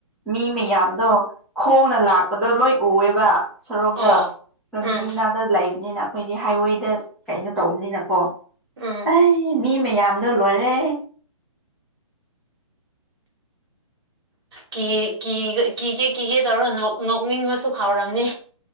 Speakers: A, in the centre; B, on the right.
A: ꯃꯤ ꯃꯌꯥꯝꯗꯣ ꯈꯣꯡꯅ ꯂꯥꯛꯄꯗꯣ ꯂꯣꯏ ꯎꯑꯦꯕ ꯁꯣꯔꯣꯛꯇ
B: ꯑꯣ
A: ꯂꯝꯕꯤ
B: ꯎꯝ
A: ꯃꯅꯥꯗ ꯂꯩꯕꯅꯤꯅ ꯑꯩꯈꯣꯏꯗꯤ ꯍꯥꯏꯋꯦꯗ ꯀꯩꯅꯣ ꯇꯧꯕꯅꯤꯅꯀꯣ
B: ꯎꯝ
A: ꯑꯩ ꯃꯤ ꯃꯌꯥꯝꯗꯣ ꯂꯣꯏꯔꯦ
B: ꯀꯤꯒꯦ ꯀꯤꯒꯦ ꯇꯧꯔꯣ ꯅꯣꯛꯅꯤꯡꯉꯁꯨ ꯈꯥꯎꯔꯝꯅꯤ